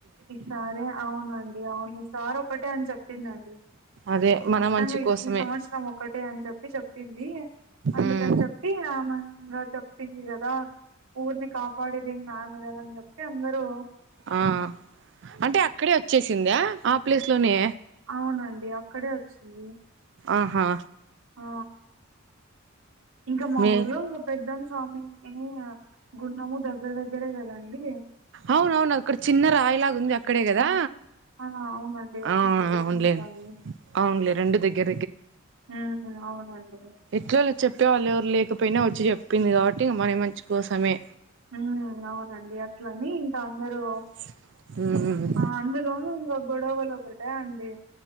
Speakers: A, on the right (about 85°); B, on the right (about 55°).
A: ఈసారే అవునండి అవును ఈసారి ఒక్కటే అని చెప్తుందండి
B: అదే
A: స్పష్టంగా
B: మన మంచి కోసమే
A: ఈ సంవత్సరం ఒకటే అని చెప్పి చెప్పింది అందుకని
B: ఉమ్
A: చెప్ ప్పి ఆమె ఇంగ చెప్పింది కదా ఊర్ని కాపాడేది ఇంగ ఆమె కదా అని చెప్తే అందరు
B: ఆ అంటే అక్కడే వచ్చేసిందా ఆ ప్లేస్ లోనే
A: అవునండి అక్కడే వచ్చింది
B: ఆహా
A: ఆ ఇంకా మా
B: మే
A: ఊర్లో పెద్దం స్వామిని గుండము దగ్గర దగ్గరే కదండి
B: అవున అవును అక్కడ చిన్న రాయిలాగుంది అక్కడే కదా
A: ఆ ఆ అవునండి అది
B: ఆ
A: ఇంక పెద్దంస్వామి
B: అవునులేండి అవునులే రెండు దగ్గర
A: అవునా అవునండి
B: ఎట్లా చెప్పే వాళ్ళు ఎవరు లేకపోయినా వచ్చి చెప్పింది కాబట్టి ఇగ మన మంచి కోసమే
A: మ్ అవునండి అట్లని ఇంకా అందరు
B: మ్ హు
A: ఆ అందులోను ఇంగ గొడవలు ఒకట అండి